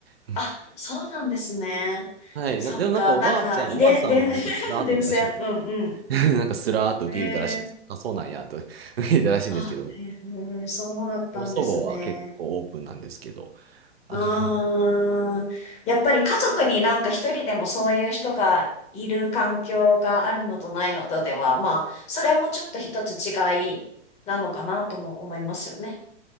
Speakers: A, on the right (about 55°); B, on the left (about 20°).
A: <laughs>
B: あ、そうなんですね。
A: はい。
B: そっか、
A: なでもなんかおばあちゃん、
B: なんか、遺伝、
A: おばあさんはなんかスラーって言ったらしいですけど
B: 伝、<laughs> 伝染。うん
A: ね。<laughs> なんかスラーっと受け入れたらしいですけど。
B: うん。えー、
A: あ、そうなんや、と <laughs> 受け入れたらしいんですけど。
B: あ、へーそうだったんですね。
A: 祖母は結構オープンなんですけど。あの、
B: ああ、
A: <laughs>
B: やっぱり家族になんか一人でもそういう人がいる環境があるのとないのとでは、まあ、それもちょっと一つ違いなのかなとも思いますよね。